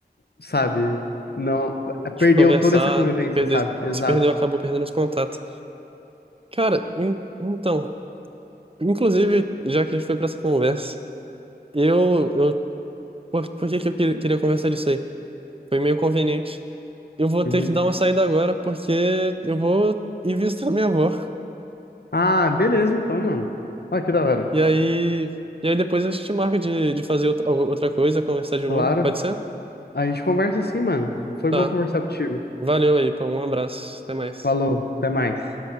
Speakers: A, on the left (about 70°); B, on the right (about 35°).
A: sabe? Não,
B: Tipo,
A: perdeu
B: conversar,
A: toda essa convivência,
B: perder,
A: sabe? Exato.
B: se perdeu, acabou perdendo esse contato. Cara, in- então, inclusive, já que a gente foi pra essa conversa, eu, eu, por, por que que eu que- queria conversar disso aí? Foi meio conveniente. Eu vou
A: Uhum.
B: ter que dar uma saída agora, porque eu vou ir visitar minha avó.
A: Ah, beleza então, mano. Olha que da hora.
B: E aí, e aí depois a gente marca de, de fazer outra, outra coisa, conversar de novo.
A: Claro.
B: Pode ser?
A: A gente conversa assim, mano. Foi
B: Tá.
A: bom conversar contigo.
B: Valeu aí, pô. Um abraço. Até mais.
A: Falou, até mais.